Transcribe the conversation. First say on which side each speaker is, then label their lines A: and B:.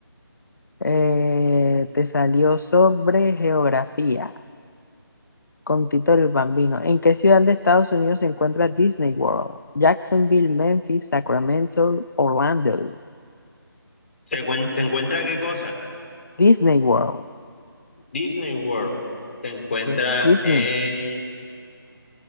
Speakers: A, on the left; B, on the left.
A: Eh, te salió sobre geografía con Tito el Bambino. ¿En qué ciudad de Estados Unidos se encuentra Disney World? Jacksonville, Memphis, Sacramento, Orlando.
B: ¿Se, cuen- ¿Se encuentra qué cosa?
A: Disney World.
B: Disney World. Se encuentra
A: Yes, Disney.
B: en...